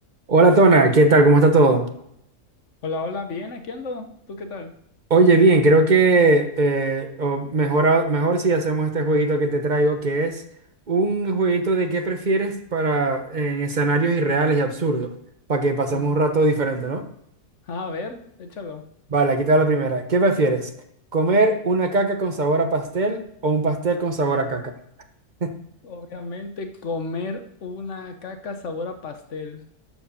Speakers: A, on the right (about 35°); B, on the left (about 55°).
A: Hola Tona, ¿qué tal? ¿Cómo está todo?
B: Hola, hola, bien, aquí ando. ¿Tú qué tal?
A: Oye, bien, creo que eh, o mejor, a- mejor si hacemos este jueguito que te traigo, que es un jueguito de qué prefieres para en escenarios irreales y absurdos, para que pasemos
B: <laughs>
A: un rato diferente, ¿no?
B: A ver, échalo.
A: Vale, aquí te va la primera. ¿Qué prefieres? ¿Comer una caca con sabor a pastel o un pastel con sabor a caca? <laughs>
B: Obviamente, comer una caca sabor a pastel.